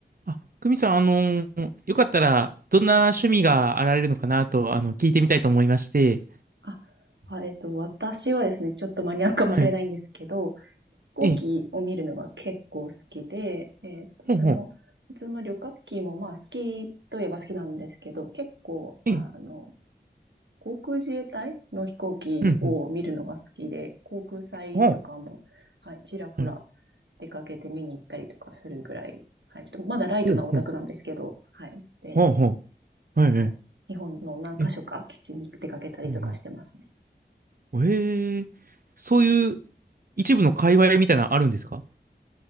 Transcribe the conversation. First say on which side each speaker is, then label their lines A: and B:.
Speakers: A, on the right; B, on the right.
A: あ、久美さん、あのーよかったら、どんな趣味があられるのかなと、あの、聞いてみたいと思いまして。
B: あ、あ、えっと、私はですね、ちょっとマニアックかもしれないんですけど、
A: はい。
B: 飛行機を見るのが結構好きで、
A: ええ、
B: えっと、
A: ほうほう。
B: それも、普通の旅客機もまあ好きといえば好きなんですけど、結構、あの、
A: ええ、
B: 航空自衛隊の飛行機を見るのが好きで、
A: うん、うん。
B: 航空祭とかも、
A: ほう。
B: はい、ちらほら
A: はい。
B: 出かけて見に行ったりとかするぐらい、はい、ちょっとまだライトなオタクなんですけど、
A: ほうほう。
B: はい。で、
A: ほうほう。はい、はい。
B: はい。日本の何箇所か基地に出かけたりとかしてますね。
A: え、うんうん。へえ、そういう一部の界隈みたいなのあるんですか